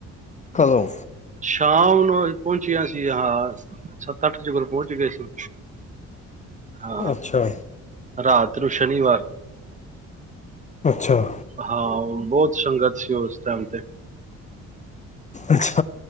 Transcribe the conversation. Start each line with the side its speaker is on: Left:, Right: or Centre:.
Left: ਕਦੋਂ
Right: ਸ਼ਾਮ ਨੂੰ ਅੱ ਪਹੁੰਚੀਆਂ ਸੀ ਹਾਂ ਸੱਤ ਅੱਠ ਚ ਕੋਲ ਪਹੁੰਚ ਗਏ ਸੀ ਹਾਂ,
Left: ਅੱਛਾ
Right: ਰਾਤ ਨੂੰੂ ਸ਼ਨੀਵਾਰ
Left: ਅੱਛਾ
Right: ਹਾਂ ਬਹੁਤ ਸੰਗਤ ਸੀ ਉਸ ਸ਼ ਤੇ
Left: ਅੱਛਾ